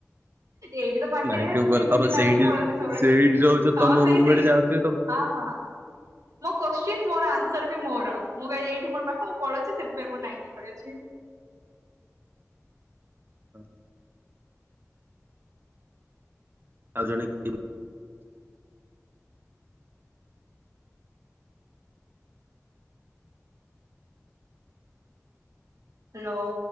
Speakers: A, on the right (about 85°); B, on the right (about 40°).
A: ଏଇଠି ତ ପାଖରେ
B: ନାଇଣ୍ଟି ଉପରେ
A: ଦି ମିନିଟ
B: ତମେ
A: ଲାଗୁଛି
B: ସେଇଠି
A: ପଳଉଛି ସବୁବେଳେ
B: ସେଇଠି ରହୁଛ ତମ
A: ହଁ ସେଇ
B: ରୁମମେଟ୍
A: ସେଇ।
B: ଯାଉଥିବେ ତମ
A: ହଁ ହଁ। ମୋ କୋଶ୍ଚିନ୍ ମୋର ଆନ୍ସର ବି ମୋର ମୁଁ ବା ଏଇଠି ମୋର ପାଖ ମୁଁ ପଳଉଛି ସେଥିପାଇଁ ମୁଁ ନାଇଟି ପରେ ଅଛି।
B: ହୁଁ। ଆଉ ଜଣେ କିଏ
A: ହ୍ୟାଲୋ।